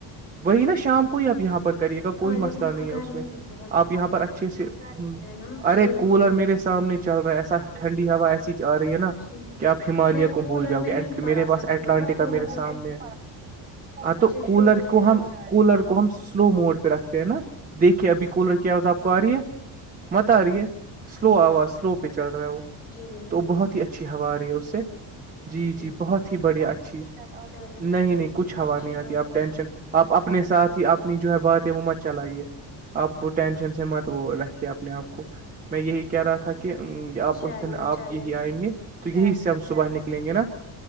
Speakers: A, on the right; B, on the left.
A: وہی نا شام کو ہی آپ یہاں پر کرے کا
B: ہاں
A: کوئی مسئلہ
B: لیکن وہاں
A: نہیں ہے
B: گرمی
A: اس میں
B: بھی بہت
A: آپ یہاں پر اچھے سے ہ
B: ہے نا
A: ارے
B: جی
A: کولر
B: جی
A: میرے سامنے چل رہا ایسا ٹنڈی ہوا ایسی ہی آ رہی ہے نا
B: جی
A: کہ آپ ہمالیہ
B: میں
A: کو
B: کولر
A: بھول جاؤ
B: میں
A: گے
B: نہیں پڑھا
A: میرے پاس
B: سکتی
A: اٹلانٹکا
B: ہوں نا کولر
A: میرے
B: میں
A: سامنے آ
B: پیچھے
A: تو کولر
B: شو
A: کو ہم کولر کو ہم سلو موڈ پہ رکھتے ہیں نا دیکھیے ابھی کولر کیا ہوزپ کو آ رہی ہے مت آ رہی ہے سلو آواز سلو پہ چل رہا ہے وہ
B: جی نہیں
A: تو بہت ہی اچھی ہوا آ رہی ہے اس سے جی جی
B: ہوگی
A: بہت ہی بڑھیا اچھی
B: چلے پھر
A: نہیں نہیں
B: یہ
A: کچھ
B: تو
A: ہوا
B: اچھی
A: نہیں آتی
B: بات
A: آپ ٹینشن آپ اپنے ساتھ ہی اپنی جو ہے بات ہے وہ مت چلائی ہے آپ ٹینشن سے مت وہ رکھے اپنے آپ کو میں یہی کہہ رہا تھا کہ کہ آپ
B: چلے
A: اس دن آپ
B: چلے
A: یہی آئیں گے تو یہی سے ہم صبح
B: پھر
A: نکلیں
B: ٹھیک
A: گے نا